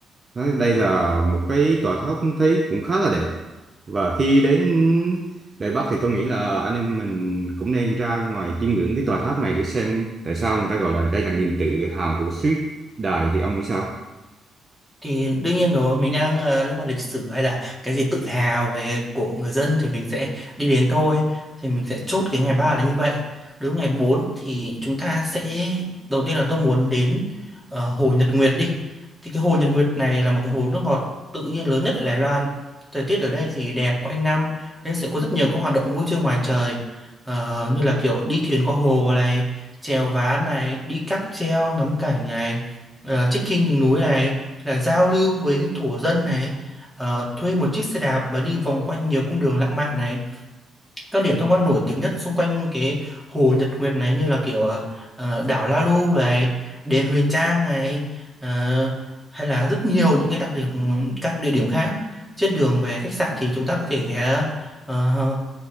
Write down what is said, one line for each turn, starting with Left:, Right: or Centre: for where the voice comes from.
Right: Nói đây là một cái tòa tháp thấy cũng khá là đẹp và khi đến Đài Bắc thì tôi nghĩ là anh em mình cũng nên ra ngoài chiêm ngưỡng cái tòa tháp này để xem tại sao người ta gọi là đây là niềm tự hào của xứ Đài thì ông nghĩ sao?
Centre: Thì đương nhiên rồi, mình đang ờ, liên quan lịch sử hay là cái gì tự hào về của người dân thì mình sẽ đi đến thôi. Thì mình sẽ chốt cái ngày 3 là như vậy. Đối với ngày 4 thì chúng ta sẽ đầu tiên là tôi muốn đến ờ, hồ Nhật Nguyệt đi. Thì cái hồ Nhật Nguyệt này là một cái hồ nước ngọt tự nhiên lớn nhất ở Đài Loan. Thời tiết ở đây thì đẹp quanh năm nên sẽ có rất nhiều các hoạt động vui chơi ngoài trời Ờ, như là kiểu đi thuyền qua hồ này, chèo ván này, đi cáp treo ngắm cảnh này, uh, trekking những núi này là giao lưu với thổ dân này ờ, thuê một chiếc xe đạp mà đi vòng quanh nhiều cung đường lãng mạn này các điểm tham quan nổi tiếng nhất xung quanh cái hồ Nhật Nguyệt này như là kiểu ờ, ờ, đảo La Lu này đền Huyền Trang này ờ, hay là rất nhiều những cái đặc điểm các địa điểm khác trên đường về khách sạn thì chúng ta có thể ghé ờ,